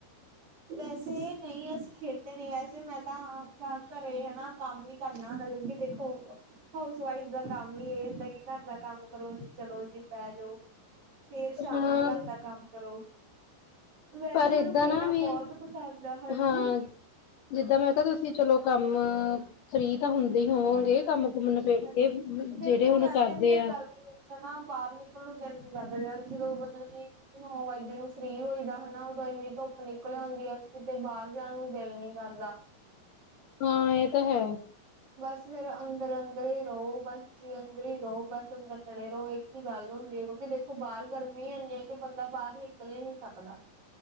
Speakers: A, on the right (about 40°); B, on the left (about 80°).
A: ਵੈਸੇ ਨਹੀਂ, ਅਸੀਂ ਖੇ ਨੀ ਵੈਸੇ ਮੈਂ ਤਾਂ ਕਾਰ ਕਰੇ ਹਨਾ ਕੰਮ ਹੀ ਕਰਨਾ ਕਿਉਂਕਿ ਦੇਖੋ ਹਾਊਸ ਵਾਈਜ਼ ਦਾ ਕੰਮ ਵੀ ਐ ਹੁੰਦਾ ਵੀ ਕਾਰ ਦਾ ਕੰਮ ਕਰੋ ਜੀ, ਚਲੋ ਜੀ ਪੈ ਜੋ ਫੇਰ ਸ਼ਾਮ
B: ਹਾਂ
A: ਨੂੰ ਕਾਰ ਦਾ ਕੰਮ ਕਰੋ। ਵੈਸੇ
B: ਪਰ
A: ਮੈਨੂੰ
B: ਇਦਾਂ
A: ਖੇਡਾਂ
B: ਨਾ ਵੀ,
A: ਬਹੁਤ ਪਸੰਦ ਆ ਹਾਂਜੀ
B: ਹਾਂ, ਜਿੱਦਾਂ ਮੈਂ ਕਿਹਾ ਤੁਸੀਂ ਚਲੋ ਕਾ ਮ ਫਰੀ ਤਾਂ ਹੁੰਦੇ ਹੀ ਹੋਵੋਗੇ ਕੰਮ ਕੁਮ ਨਬੇੜ
A: ਹਾਂਜੀ,
B: ਕੇ
A: ਵੇਖੋ
B: ਜਿਹੜੇ ਹੁਣ
A: ਵੈਸੇ
B: ਕਰਦੇ
A: ਵੀ
B: ਆ।
A: ਗਰਮੀ ਵਿੱਚ ਨਾ ਬਾਹਰ ਨਿਕਲ ਨੂੰ ਦਿਲ ਨਹੀਂ ਕਰਦਾ <unintelligible> ਮਤਲਬ ਕਿ ਨੋ ਵਜੇ ਨੂੰ ਫਰੀ ਹੋਈਦਾ ਹਨਾ ਉਦੋਂ ਇਨੀ ਤੁੱਪ ਨਿਕਲ ਆਉਂਦੀ ਆ ਕਿਤੇ ਬਾਹਰ ਜਾਣ ਨੂੰ ਦਿਲ ਨਹੀਂ ਕਰਦਾ। ਆਵਾਜ਼ ਨਹੀਂ ਆ ਰਹੀ
B: ਹਾਂ, ਏ ਤਾਂ ਹੈ।
A: ਬਸ ਫੇਰ ਅੰਦਰ ਅੰਦਰ ਹੀ ਰਹੋ, ਬਸ ਜੀ ਅੰਗਰ ਈ ਰਹੋ, ਬਸ ਅੰਦਰ ਪੜੇ ਰੋ ਇੱਕ ਹੀ ਗੱਲ ਹੁਨ ਹੁਣ ਦੇਖੋ ਬਾਰ ਗਰਮੀ ਇੰਨੀ ਹ ਕਿ ਬੰਦਾ ਬਾਹਰ ਨਿਕਲ ਈ ਨੀ ਸਕਦਾ।